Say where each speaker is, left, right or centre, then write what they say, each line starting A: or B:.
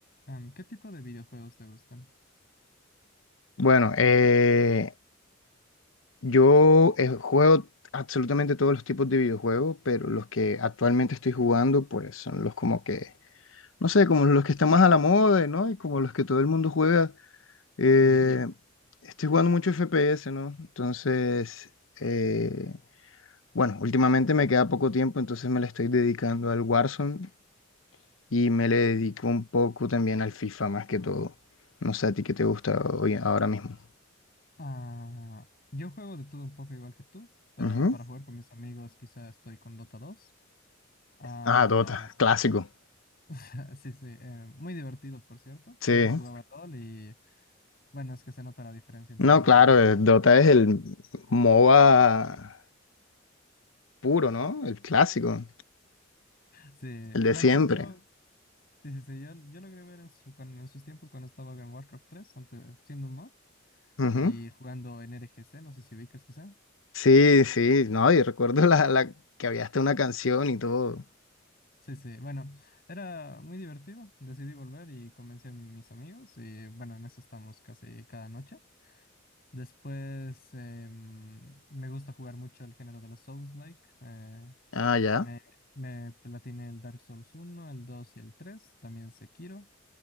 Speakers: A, on the left; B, on the left.
A: Am, ¿qué tipo de videojuegos te gustan?
B: Bueno, eh, yo eh, juego absolutamente todos los tipos de videojuegos, pero los que actualmente estoy jugando, pues son los como que, no sé, como los que están más a la moda, ¿no? Y como los que todo el mundo juega. Eh,
A: ¿Ya?
B: estoy jugando mucho FPS, ¿no? Entonces, eh, bueno, últimamente me queda poco tiempo, entonces me le estoy dedicando al Warzone y me le dedico un poco también al FIFA más que todo. No sé a ti qué te gusta hoy, ahora mismo.
A: Ah, yo juego de todo un poco igual que tú, pero
B: Ujú.
A: para jugar con mis amigos quizá estoy con Dota dos. Ah,
B: Ah, Dota, clásico.
A: <laughs> sí, sí, eh, muy divertido, por cierto.
B: Sí,
A: Antes jugaba LOL y bueno, es que se nota la diferencia entre
B: no,
A: Dota
B: claro,
A: y LOL.
B: eh, Dota es el MOBA puro, ¿no? El clásico,
A: Sí,
B: el de
A: bueno,
B: siempre.
A: yo, sí, sí, sí, yo, yo logré ver en, su, cuan- en sus tiempos cuando estaba en Warcraft tres antes, siendo un mod
B: Ujú.
A: y jugando en RGC, no sé si ubicas quizá.
B: Sí, sí, no, y recuerdo la, la que había hasta una canción y todo.
A: Sí, sí, bueno, era muy divertido. Decidí volver y convencí a mis amigos y bueno, en eso estamos casi cada noche. Después em, me gusta jugar mucho el género de los Souls-like. eh,
B: Ah, ya.
A: me, me platiné el Dark Souls uno el 2 y el 3 también Sekiro.